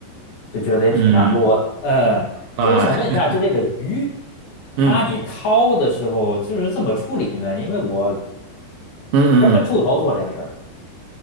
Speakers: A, on the left; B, on the right.
A: 就觉得也挺难过的。
B: 嗯，
A: 嗯，
B: 哎，
A: 就我想问一下，就这个鱼，它你掏的时候就是怎么处理呢？
B: 嗯
A: 因为我是
B: 嗯嗯嗯。
A: 很怵头做这个事儿。